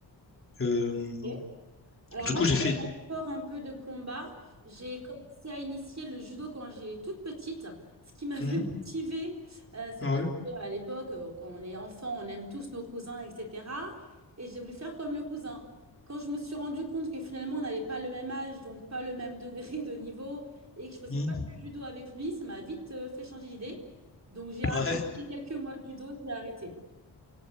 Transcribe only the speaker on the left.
Euh,
du
coup,
j'ai fait...
Hmm,
ouais,
hmm,
ouais.